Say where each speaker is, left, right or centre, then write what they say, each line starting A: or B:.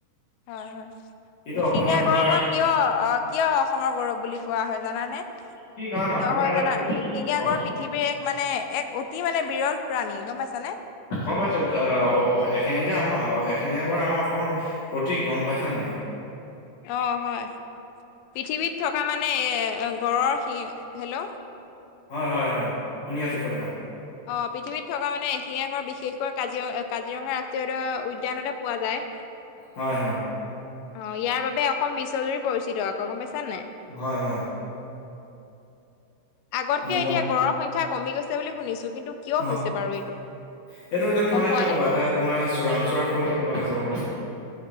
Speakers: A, on the left; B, on the left.
A: হয় হয়,
B: এইটো
A: এশিঙীয়া
B: অসমৰ তোমাৰ
A: গড়ৰ পৰা কিয় অ', কিয় অসমৰ গৌৰৱ বুলি কোৱা হয় জানানে?
B: কি কাৰণ
A: কিয়
B: অসমৰ
A: হয়
B: এটা
A: জানা,
B: প-
A: এশিঙীয়া গড় পৃ থিৱীৰ এক মানে এক অতি মানে বিৰল প্ৰাণী গম পাইছানে।
B: গম পাইছো এশিঙীয়া আম এশিঙীয়া গড় আমাৰ অসমৰ প্ৰতিক গম পাইছা নাই
A: অ', হয় পৃথিৱীত থকা মানে গঁড়ৰ সি হেল্ল
B: হয় হয় হয়, শুনি আছো কৈ থাকা।
A: অ', পৃথিৱীত থকা মানে এশিঙীয়া বিশেষকৈ কাজিৰ-কাজিৰঙা ৰাষ্ট্ৰীয় উ-উদ্যানতে পোৱা যায়।
B: হয় হয়।
A: অ', ইয়াৰ বাবে অসম বিশ্বজুৰি পৰিচিত আকৌ গম পাইছান নাই।
B: হয় হয়
A: আগতকে
B: মোৰ গম
A: এতিয়া গড়ৰ সংখ্যা কমি গৈছে বুলি শুনিছো কিন্তু কিয়
B: এইটো
A: হৈছে বাৰু
B: এতিয়া
A: গম
B: তোমাৰ
A: পোৱা
B: কি
A: নে?
B: কবা এটা তোমাৰ চোৰাং চোৱাৰ ফলত এনেকুৱা হৈছে গ'ম পাইছা।